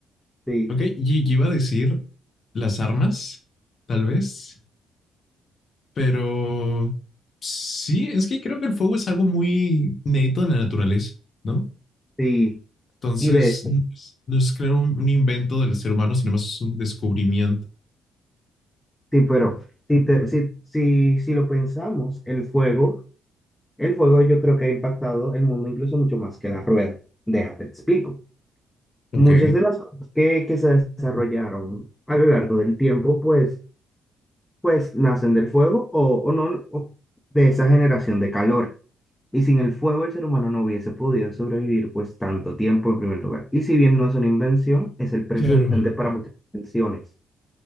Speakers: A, in the centre; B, on the left.
A: Sí,
B: Ok, y yo iba a decir las armas, tal vez, pero sí, es que creo que el fuego es algo muy neto en la naturaleza, ¿no?
A: sí.
B: Entonces,
A: Y de hecho,
B: no es, no es claro un, un invento del ser humano, sino más un descubrimiento.
A: sí, pero si, te- si, si, si lo pensamos, el fuego, el fuego yo creo que ha impactado el mundo incluso mucho más que la rueda. Déjate, te explico.
B: Ok.
A: Muchas de las cosas que, que se desarrollaron a lo largo del tiempo, pues, pues nacen del fuego o, o no, o de esa generación de calor. Y sin el fuego el ser humano no hubiese podido sobrevivir pues tanto tiempo en primer lugar. Y si bien no es una invención, es el precedente
B: Claro.
A: para muchas invenciones.